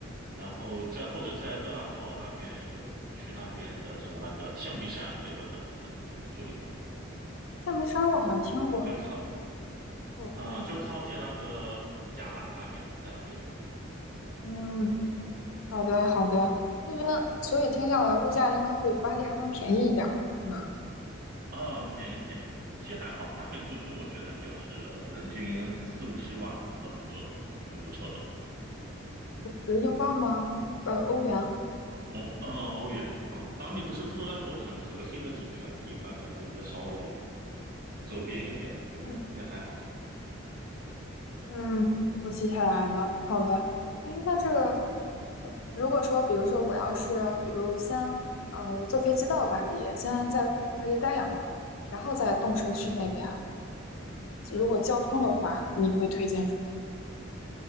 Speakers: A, on the right; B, on the left.
A: 然后再或者在勒阿弗尔那边有去那边的什么那个象鼻山，有个很很很著名的，
B: 夏梅沙我好像听过
A: 就靠
B: 哦，
A: 嗯就靠近那个加莱那边，在那边
B: 嗯，好的好的，那边所以听下来物价应该会比巴黎还能便宜一点儿，
A: 嗯
B: 对吗？
A: 嗯便宜便宜，其实还好，那边住宿我觉得就是人均四五十一晚吧，都能做的挺不错的。
B: 是英镑吗？呃，欧元。
A: 嗯嗯欧元嗯，当然你不是住那种很核心的景区啊，就一般，反正你就稍微周边一点的就应该还好。
B: 嗯。嗯，我记下来了。好的，诶，那这个，呃如果说，比如说我要是，比如先呃坐飞机到巴黎，先在巴黎待两天，然后再动身去那边。
A: 嗯。
B: 如果交通的话，你会推荐什